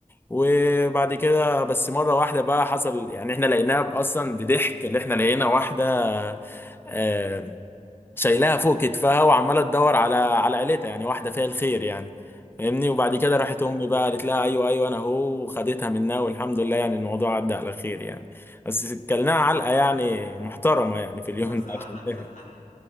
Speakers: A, on the left (about 15°); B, on the left (about 75°).
A: وبعد كده بس مرة واحدة بقى حصل يعني احنا لقيناها اصلا بضحك اللي احنا لقينا واحدة آه، شايلاها فوق كتفها وعمالة تدور على على عيلتها يعني واحدة فيها الخير يعني فاهمني وبعد كده راحت
B: يعني
A: امي بقى قالت لها ايوه ايوه انا اهو وخدتها منها والحمد لله يعني الموضوع عدى على خير يعني بس كلناها علقة يعني محترمة يعني في اليوم
B: نفس
A: ده
B: العلقة
A: عشان
B: اللي
A: كده
B: خدتها